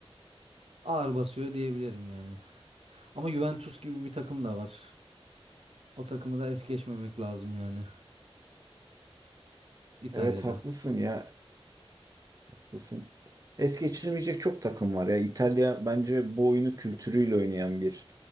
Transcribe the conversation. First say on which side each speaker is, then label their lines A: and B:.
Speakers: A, on the right (about 75°); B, on the right (about 35°).
A: ağır basıyor diyebilirim yani. Ama Juventus gibi bir takım da var. O takımı da es geçmemek lazım yani. İtalya'da.
B: Evet haklısın ya. Haklısın. Es geçirmeyecek çok takım var ya. İtalya bence bu oyunu kültürüyle oynayan bir